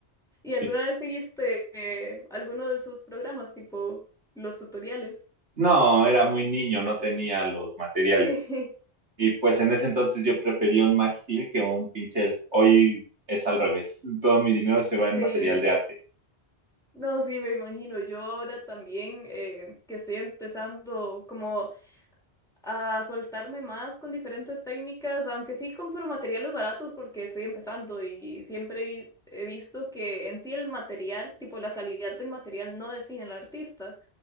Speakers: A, in the centre; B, on the right.
A: ¿Y alguna
B: Y
A: vez seguiste eh, alguno de sus programas, tipo los tutoriales?
B: no, era muy niño, no tenía los materiales.
A: Sí,
B: Y pues en ese entonces yo prefería un Max Steel que un pincel. Hoy es al revés. Todo mi dinero se va en
A: <laughs> sí.
B: material de arte.
A: No, sí, me imagino. Yo ahora también eh, que estoy empezando como a soltarme más con diferentes técnicas, aunque sí compro materiales baratos porque estoy empezando y siempre vi- he visto que en sí el material, tipo la calidad del material no define al artista.